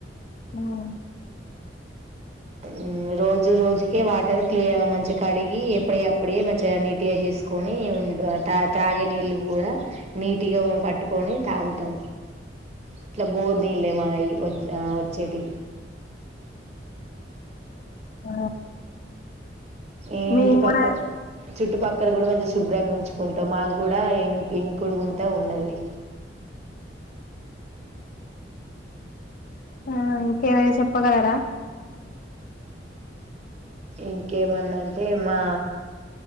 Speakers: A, on the left (about 50°); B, on the right (about 40°).
A: ఉమ్
B: ఉమ్ రోజు రోజుకే వాటర్ క్లియ మంచిగా కడిగి ఎప్పుడి యప్పుడే మంచిగా నీటిగా చేసుకొని ఉ త తాగే నీళ్ళు కూడా నీటిగా పట్టుకొని తాగుతాం ఇట్ల బోర్ నీళ్ళే మాయి ఆ ఒచేటి
A: ఆ
B: ఈ
A: మేము
B: ఇంటి
A: కూడా
B: పక్క చుట్టుపక్కల కూడాగా మంచిగా శుభ్రంగా ఉంచుకుంటాం. మాగూడా ఇం ఇంకుడుగుంత ఉన్నది.
A: ఆ ఇంకేమైనా చెప్పగలరా
B: ఇంకేదన్నా అంటే. మా